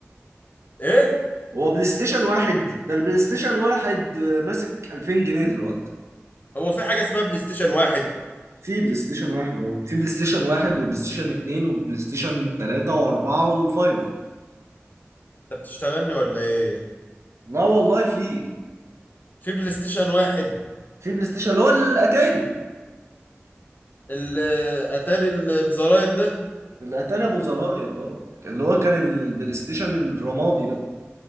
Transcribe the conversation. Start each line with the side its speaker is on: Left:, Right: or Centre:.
Left: ايه
Right: هو بلاي ستيشن واحد ده البلاي ستيشن واحد آه، ماسك 2000 جنيه دلوقتي
Left: هو في حاجه اسمها بلاي ستيشن واحد
Right: في بلاي ستيشن واحد اهو في بلاي ستيشن واحد وبلاي ستيشن اتنين وبلاي ستيشن تلاتة واربعة وفايف
Left: انت بتشتغلني ولا ايه
Right: لا والله في
Left: في بلاي ستيشن واحد
Right: في بلاي ستيشن اللي هو الاتاري
Left: الاتاري اللي بزراير ده
Right: الاتاري ابو زراير اه اللي هو كان البلاي ستيشن الرمادي ده